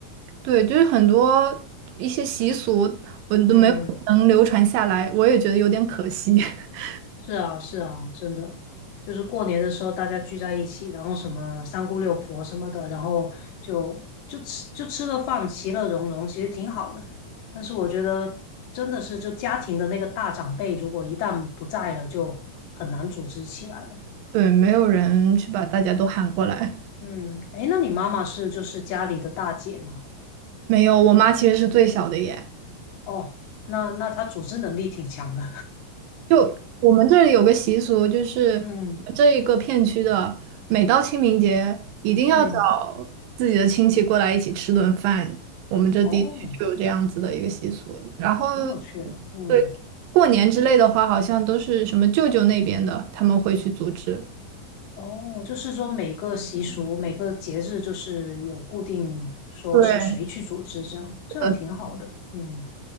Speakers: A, on the right; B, on the left.
A: 对，就是很多一些习俗，我都没有能流传下来，
B: 嗯。
A: 我也觉得有点可惜。<laughs>
B: 是啊，是啊，真的，就是过年的时候大家聚在一起，然后什么三姑六婆什么的，然后就就吃就吃个饭，其乐融融，其实挺好的。但是我觉得真的是，就家庭的那个大长辈，如果一旦不在了，就很难组织起来了。
A: 对，没有人去把大家都喊过来。
B: 嗯，诶，那你妈妈是就是家里的大姐嘛？
A: 没有，我妈其实是最小的耶。
B: 哦，那那她组织能力挺强的。
A: 就我们这里有个习俗，就是我们这一个片区的，
B: <laughs> 嗯
A: 每到清明节一定要找自己的亲戚过来一起吃顿饭。
B: 嗯，
A: 我们这地区就有这样子的一个习俗。
B: 哦，
A: 然后，
B: 挺有趣的。嗯。
A: 对，过年之类的话，好像都是什么舅舅那边的，他们会去组织。
B: 哦，就是说每个习俗、每个节日，就是有固定说是谁去组织，
A: 对，
B: 这样这样挺好的。
A: 是的，
B: 嗯，